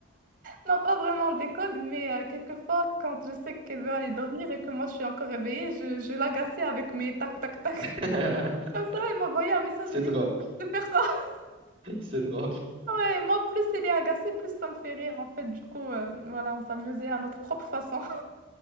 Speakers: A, on the right; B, on the right.
A: non, pas vraiment des codes, mais euh, quelquefois, quand je sais qu'elle veut aller dormir et que moi je suis encore réveillée, je, je l'agaçais avec mes tac tac tac.
B: <laughs>
A: <laughs> Comme ça, elle m'envoyait un message,
B: C'est
A: je lui disais
B: drôle,
A: Arrête de faire ça. <laughs>
B: c'est drôle.
A: Ouais, moi, plus elle est agacée, plus ça me fait rire en fait. Du coup, euh, voilà, on s'amusait à notre propre façon.